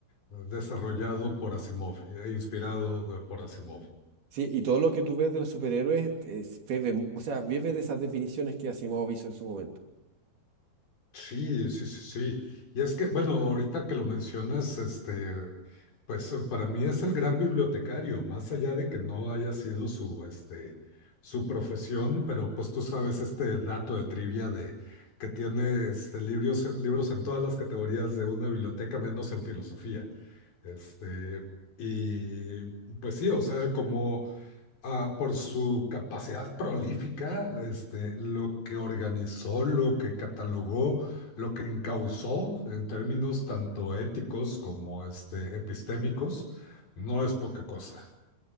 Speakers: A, on the left (about 55°); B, on the right (about 60°).
A: desarrollado por Asimov, eh, inspirado eh, por Asimov.
B: Sí, y todo lo que tú ves de los superhéroes, es- bebe mu- o sea, vive de esas definiciones que Asimov hizo en su momento.
A: Sí, sí, sí, sí. Y es que, bueno, ahorita que lo mencionas, este, pues eh, para mí es el gran bibliotecario, más allá de que no haya sido su, este, su profesión, pero pues tú sabes este dato de trivia de que tiene este, libros, libros en todas las categorías de una biblioteca, menos en filosofía. Este, y pues sí, o sea, como ah, por su capacidad prolífica, este, lo que organizó, lo que catalogó, lo que encauzó en términos tanto éticos como este, epistémicos, no es poca cosa.